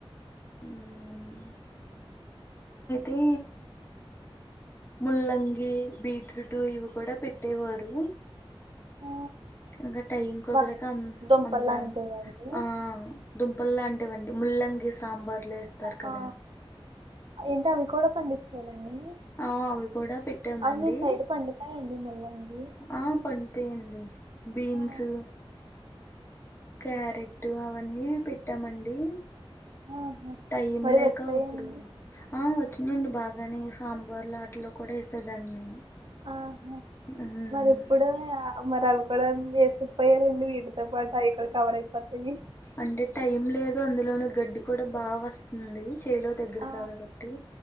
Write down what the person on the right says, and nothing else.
ఆ
వం
దుంపలు
లాంటివండి
ఆ ఏంటి అవి కూడా పండించ్చార అండి
అవి మీ సైడ్ పండుతాయండి ముల్లంగి
ఆ
ఆహా
మరి
వచ్చాయండి
ఆహా
మరి ఇప్పుడు య మరి అవి కూడా వేసిపోయారండి వీటితో పాటు అవి కూడా కవరైటట్టివి.
ఆ,